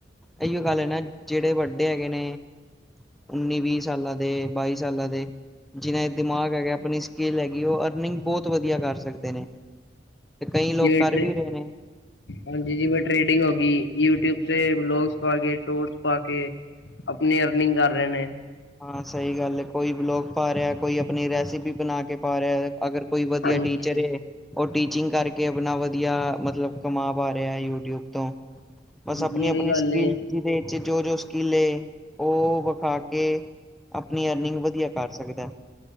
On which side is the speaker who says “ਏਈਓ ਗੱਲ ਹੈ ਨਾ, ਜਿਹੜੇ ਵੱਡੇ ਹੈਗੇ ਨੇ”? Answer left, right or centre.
Centre